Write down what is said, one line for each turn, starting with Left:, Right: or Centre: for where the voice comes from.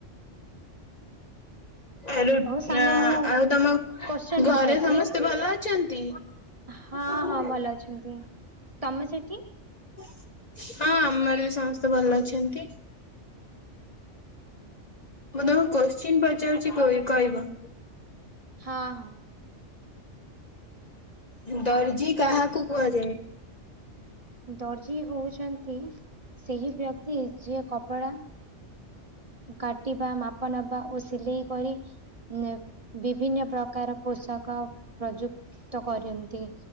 Left: ଆ ରୁଟ
Right: ହଉ ସାଙ୍ଗ ମୁଁ
Left: ଆଉ ତମ
Right: କୋଶ୍ଚେନ୍
Left: ଘରେ
Right: ପଚାରୁଛି
Left: ସମସ୍ତେ ଭଲ ଅଛନ୍ତି?
Right: ହଁ
Left: ଣ
Right: ହଁ ଭଲ ଅଛନ୍ତି। ତମେ ସେଠି?
Left: ହଁ, ଆମ ଆଡେ ବି ସମସ୍ତେ ଭଲ ଅଛନ୍ତି। ମୁଁ ତମକୁ କୋଶ୍ଚିନ୍ ପଚାରୁଛି କହି-କହିବ?
Right: ହଁ, ହଁ।
Left: ଉମ୍ ଦର୍ଜି କାହାକୁ କୁହାଯାଏ?
Right: ଦର୍ଜି ହଉଛନ୍ତି ସେହି ବ୍ୟକ୍ତି, ଯିଏ କପଡ଼ା କାଟିବା, ମାପ ନବା ଓ ସିଲେଇ କରି ଉମ୍ ଏ ବିଭିନ୍ନ ପ୍ରକାର ପୋଷାକ ପ୍ରଯୁକ୍ତ କରନ୍ତି।